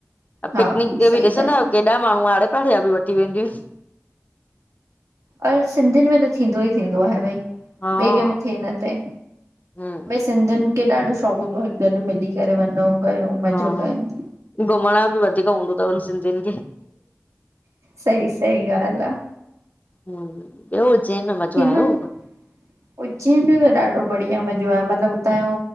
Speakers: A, on the left; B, on the right.
A: ऐं
B: हा
A: पिकनिक डे
B: सही
A: पे ॾिसंदा
B: था चओ
A: आहियो केर ॾह हेॾा माण्हू आड़े पाड़े जा बि वेंदी
B: अर सिंधियुनि में त थींदो ई थींदो आहे भई ॿिए
A: हा
B: कंहिंमें थिए न ते
A: हम्म
B: भई सिंधियुनि खे ॾाढो शौक़ु गॾु मिली करे वञो कयूं मज़ो
A: हा
B: कयूं
A: घुमण यो बि वधीक हूंदोतवन सिंधियुनि खे
B: सई सई ॻाल्हि आह
A: हम ॿियो उज्जैन में मज़ो
B: थींदो
A: आयोहुव?
B: न उज्जैन में त ॾाढो बढ़िया मज़ो आ मतिलबु उतां यो